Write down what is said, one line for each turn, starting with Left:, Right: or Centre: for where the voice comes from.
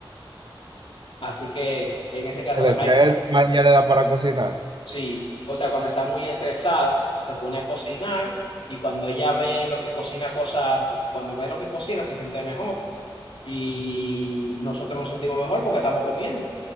Left: Así que en ese caso,
Right: El estrés
Left: ay,
Right: a ella le da para cocinar.
Left: sí, o sea, cuando está muy estresada, se pone a cocinar y cuando ella ve lo que cocina cosas, cuando ve lo que cocina, se siente mejor y nosotros nos sentimos mejor porque estamos comiendo.